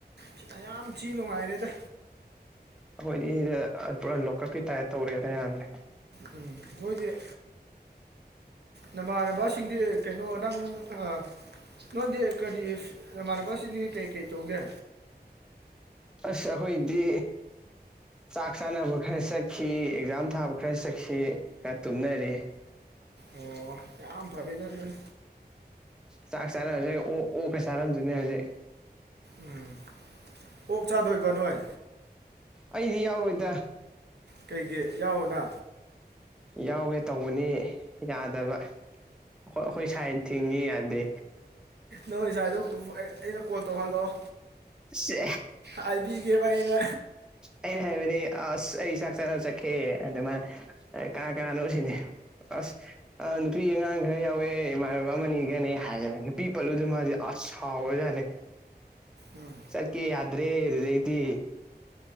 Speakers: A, on the right; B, in the centre.
A: ꯁꯤ ꯌꯥꯝ ꯊꯤ ꯅꯨꯡꯉꯥꯏꯔꯦꯗ
B: ꯑꯩꯈꯣꯏꯗꯤ ꯄꯨꯔꯥ ꯂꯣꯀꯞꯀꯤ ꯇꯥꯏꯞ ꯇꯧꯔꯦꯅ ꯌꯥꯗ꯭ꯔꯦ
A: ꯎꯝ ꯃꯣꯏꯁꯦ ꯅꯃꯥꯟꯅꯕꯁꯤꯡꯗꯤ ꯀꯩꯅꯣ ꯅꯪ ꯑ ꯅꯪꯗꯤ ꯀꯔꯤ ꯅꯃꯥꯟꯅꯕꯁꯤꯡꯗꯤ ꯀꯩ ꯀꯩ ꯇꯧꯒꯦ
B: ꯑꯁ ꯑꯩꯈꯣꯏꯗꯤ ꯆꯥꯛ ꯆꯥꯅꯕ ꯈꯔ ꯆꯠꯈꯤ ꯑꯦꯛꯖꯥꯝ ꯊꯥꯕ ꯈꯔ ꯆꯠꯈꯤ ꯈꯔ ꯇꯨꯝꯅꯔꯤ
A: ꯑꯣ ꯌꯥꯝ ꯐꯔꯦꯗ ꯑꯗꯨꯅꯤ
B: ꯆꯥꯛ ꯆꯥꯔꯝꯁꯦ ꯑꯣ ꯑꯣꯀ ꯆꯥꯔꯝꯗꯣꯏꯅꯦ ꯍꯧꯖꯤꯛ
A: ꯎꯝ ꯑꯣꯛ ꯆꯥꯗꯣꯏꯕ ꯅꯣꯏ
B: ꯑꯩꯗꯤ ꯌꯥꯎꯔꯣꯏꯗ
A: ꯀꯩꯒꯤ ꯌꯥꯎꯑꯣꯅ
B: ꯌꯥꯎꯒꯦ ꯇꯧꯕꯅꯤ ꯌꯥꯗꯕ ꯑꯈꯣꯏ ꯑꯈꯣꯏ ꯁꯥꯏꯅ ꯊꯤꯡꯉꯤ ꯌꯥꯗꯦ
A: ꯅꯪꯁꯥꯏꯗꯣ ꯑꯩꯅ ꯀꯣꯜ ꯇꯧꯍꯜꯂꯛꯑꯣ
B: ꯁꯦ
A: ꯍꯥꯏꯕꯤꯒꯦꯕ ꯑꯩꯅ
B: ꯑꯩꯅ ꯍꯥꯏꯕꯅꯦ ꯑꯁ ꯑꯩ ꯆꯥꯛ ꯆꯥꯅ ꯆꯠꯈꯤꯑꯦ ꯑꯗꯨ ꯃꯥꯅ ꯑꯦ ꯀꯥ ꯀꯥꯅꯥꯅꯣ ꯁꯤꯅꯤ ꯑꯁ ꯑ ꯅꯨꯄꯤ ꯑꯉꯥꯡ ꯈꯔ ꯌꯥꯎꯋꯦ ꯏꯃꯥꯟꯅꯕ ꯑꯃꯅꯤꯒꯅꯦ ꯍꯥꯏꯔ ꯅꯨꯄꯤ ꯄꯜꯂꯨꯗ ꯃꯥꯁꯦ ꯑꯁ ꯁꯥꯎꯔꯖꯥꯠꯅꯦ
A: ꯎꯝ
B: ꯆꯠꯀꯦ ꯌꯥꯗ꯭ꯔꯦ ꯑꯗꯨꯗꯥꯏꯗꯤ